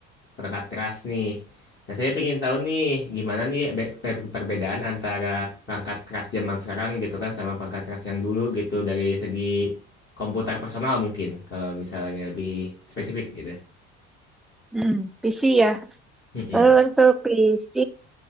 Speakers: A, on the left; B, in the centre.
A: perangkat keras nih. Nah, saya pingin tahu nih, gimana nih be- per- perbedaan antara perangkat keras zaman sekarang gitu kan sama perangkat keras yang dulu gitu dari segi komputer personal mungkin, kalau misalnya lebih spesifik gitu.
B: Hmm, PC ya.
A: Mm-mm.
B: Lalu untuk PC